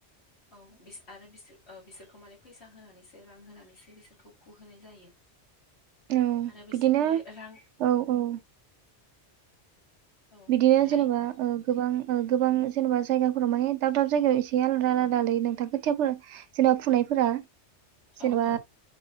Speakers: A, on the left; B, on the right.
A: औ बिस आरो बिसोर बिसोरखौ माने फैसा होनानैसो रां होनानैसो बिसोरखौ फुहोनाय जायो।
B: औ
A: आरो बिसोरनि
B: बिदिनो
A: रां
B: औ औ।
A: औ
B: बिदिनो
A: बुंलाय
B: जेनेबा गोबां गोबां जेनेबा जायगाफ्राव माने दाब दाब जायगायाव एसे आलादा आलादालै नोंथां खोथियाफोर <unintelligible> <unintelligible> फुनायफोरा
A: औ
B: जेनेबा
A: औ